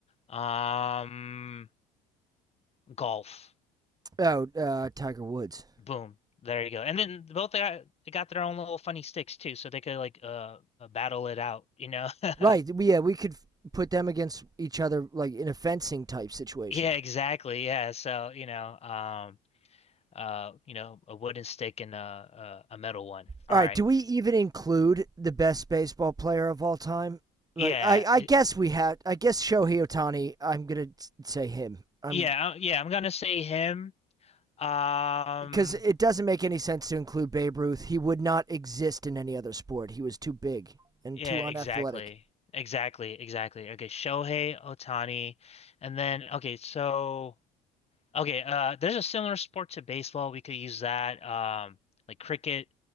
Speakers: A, on the left (about 35°); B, on the right (about 20°).
A: Um, golf.
B: Oh, uh, Tiger Woods.
A: Boom. There you go. And then both they got, they got their own little funny sticks too, so they could like uh uh, battle it out, you know. <laughs>
B: Right. We, yeah, we could put them against each other, like in a fencing type situation.
A: Yeah, exactly. Yeah. So, you know, um uh you know, a wooden stick and a a, a metal one. All
B: All
A: right.
B: right. Do we even include the best baseball player of all time? Like,
A: Yeah.
B: I, I
A: I,
B: guess we have. I guess Shohei Otani. I'm gonna say him. I'm
A: yeah, I- yeah, I'm gonna say him. Um
B: because it doesn't make any sense to include Babe Ruth. He would not exist in any other sport. He was too big and
A: yeah,
B: too unathletic.
A: exactly. Exactly, exactly. Okay, Shohei Otani. And then okay, so Okay, uh, there's a similar sport to baseball. We could use that, um, like cricket.